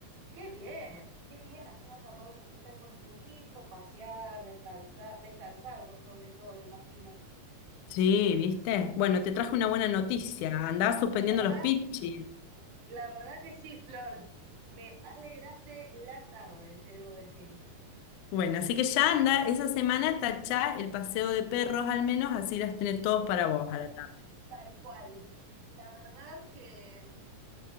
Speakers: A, on the right (about 65°); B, on the left (about 75°).
A: Qué bien, qué bien, así vas a poder disfrutar con tu hijo, pasear, descansar, descansar por sobre todo, imagino.
B: Sí, ¿viste? Bueno, te traje una buena noticia, andaba suspendiendo
A: La verdad,
B: los pichis.
A: la verdad que sí, Flor, me alegraste la tarde, te debo decir,
B: Bueno, así que ya anda, esa semana tachá el paseo de perros al menos, así las tenés todos para vos a la tarde.
A: tal cual. La verdad que